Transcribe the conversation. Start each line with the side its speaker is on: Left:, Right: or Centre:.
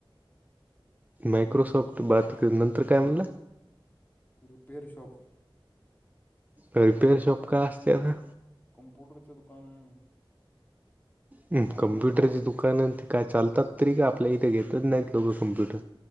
Right: मायक्रोसॉफ्ट बात नंतर काय म्हणलं?
Left: Repair shop.
Right: रिपेअर शॉप काय असते आता?
Left: कॉम्प्यूटर च दुकानं.
Right: म कम्प्युटरची दुकान ते काय चालतात तरी का आपल्या इथे घेतच नाहीत लोकं कम्प्युटर.